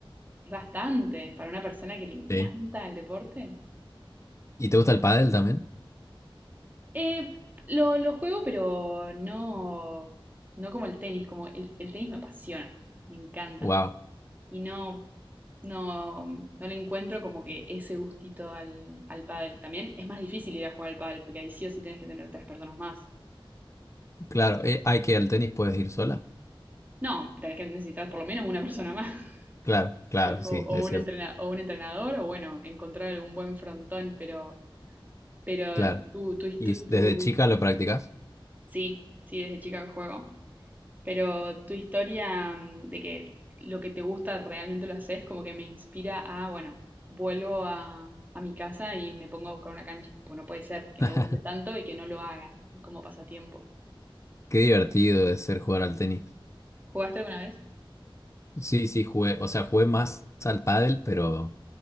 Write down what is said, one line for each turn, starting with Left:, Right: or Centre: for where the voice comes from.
Right: Es bastante para una persona que le encanta
Left: Sí.
Right: el deporte.
Left: ¿Y te gusta el pádel también?
Right: Eh, lo, lo juego, pero no, no como el tenis, como el, el tenis me apasiona, me encanta.
Left: Wow.
Right: Y no, no, no le encuentro como que ese gustito al, al pádel. También es más difícil ir a jugar al pádel, porque ahí sí o sí tenés que tener tres personas más.
Left: Claro, eh, hay que al tenis puedes ir sola.
Right: No, tenés que necesitar por lo menos una persona más. <laughs>
Left: Claro, claro,
Right: O,
Left: sí, es
Right: o un
Left: cierto,
Right: entrena- o un entrenador, o bueno, encontrar algún buen frontón, pero, pero
Left: claro.
Right: tú tú his-
Left: ¿Y
Right: tu-
Left: desde chica lo practicas?
Right: sí, sí, desde chica que juego, pero tu historia mm, de que lo que te gusta realmente lo haces, como que me inspira a, bueno, vuelvo a, a mi casa y me pongo a buscar una cancha, pues no puede ser que
Left: <laughs>
Right: me guste tanto y que no lo haga como pasatiempo.
Left: Qué divertido es ser jugar al tenis.
Right: ¿Jugaste alguna vez?
Left: Sí, sí, jugué, o sea, jugué más al pádel, pero,